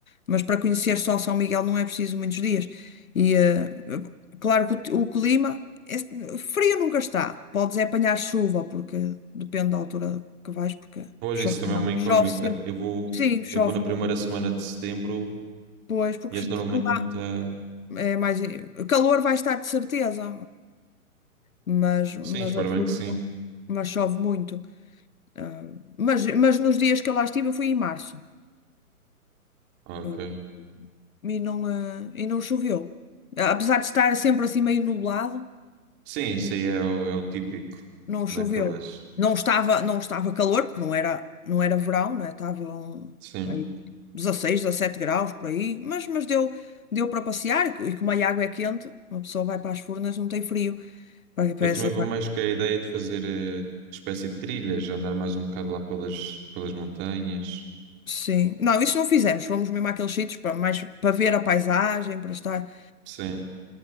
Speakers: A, on the left; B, on the right.
A: Mas para conhecer só São Miguel não é preciso muitos dias. E eh, claro que o, t- o clima é, frio nunca está. Podes é apanhar chuva, porque depende da altura que vais, porque
B: Pois,
A: chove,
B: isso também
A: não-
B: é uma incógnita.
A: chove sempre.
B: Eu vou,
A: Sim, chove
B: eu vou na primeira
A: muito.
B: semana de setembro
A: Pois, porque,
B: e este
A: porque
B: normalmente
A: lá
B: não está...
A: é mais. eh, Calor vai estar de certeza, mas, mas
B: Sim, espero
A: a chuva,
B: bem que sim.
A: mas chove muito. Ah, mas, mas nos dias que eu lá estive, eu fui em março.
B: Ok.
A: Eh, e não, eh, e não choveu. Apesar de estar sempre assim meio nublado,
B: Sim, isso aí é o, é o típico
A: não
B: naquelas...
A: choveu. Não estava, não estava calor, porque não era, não era verão, né? Estava um,
B: Sim.
A: pá, aí 16, 17 graus por aí, mas, mas deu, deu para passear e, co- e como a água é quente, uma pessoa vai para as furnas, não tem frio. Para, para
B: Eu
A: essas
B: também vou
A: águas.
B: mais com a ideia de fazer eh, espécie de trilhas, andar mais um bocado lá pelas, pelas montanhas.
A: Sim. Não, isso não fizemos. Fomos mesmo àqueles sítios para mais para ver a paisagem, para estar.
B: Sim,